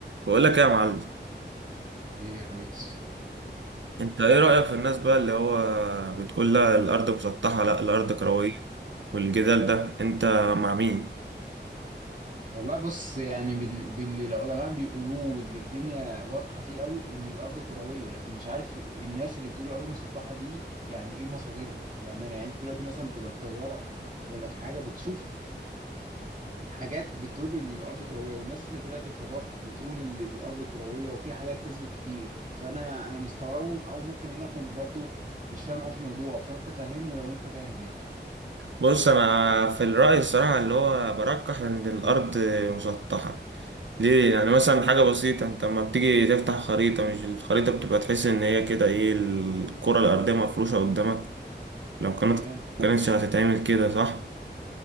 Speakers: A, on the right; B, on the right.
A: بقول لك ايه يا معلم
B: ليه يا ريس
A: انت ايه رأيك في الناس بقى اللي هو بتقول لا الارض مسطحة لا الارض كروية والجدال ده انت مع مين
B: والله بص يعني بال- باللي العلماء بيقولوه واللي الدنيا واضحة فيه قوي ان الارض كروية لكن مش عارف الناس اللي بتقول الارض مسطحة دي يعني ايه مصادرهم بأمانة يعني انت دلوقتي مثلا بتبقى في طيارة ولا في حاجة بتشوف حاجات بتدل ان الارض كروية والناس اللي طلعت الفضاء بتقول ان الارض كروية وفي حاجات تثبت كتير فانا انا مستغربهم او ممكن انا اكون برضو مش فاهم قوي في الموضوع فانت فهمني لو انت فاهم يعني
A: بص انا في الرأي الصراحة اللي هو برجح ان الارض مسطحة ليه يعني مثلا حاجة بسيطة انت لما بتيجي تفتح خريطة مش الخريطة بتبقى تحس ان هي كده ايه الكرة الارضية مفروشة قدامك لو كانت
B: تمام
A: كانتش هتتعمل كده صح